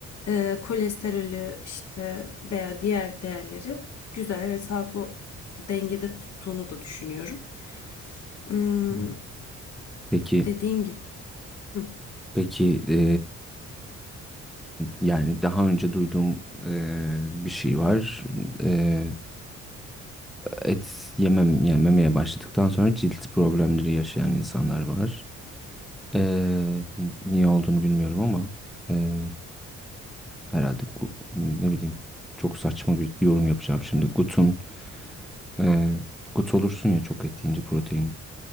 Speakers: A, on the left; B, in the centre.
A: e, kolesterolü işte veya diğer değerleri güzel ve sağlıklı dengede tuttuğunu da düşünüyorum. Hmm,
B: Hı. Peki,
A: dediğim gibi. Hı,
B: peki e, yani daha önce duyduğum e, bir şey var. E, et yemem, yani yememeye başladıktan sonra cilt problemleri yaşayan insanlar var. Ee, niye olduğunu bilmiyorum ama ee, herhalde gu- ne bileyim çok saçma bir yorum yapacağım şimdi. Gut'un ee, Gut olursun ya çok et yiyince protein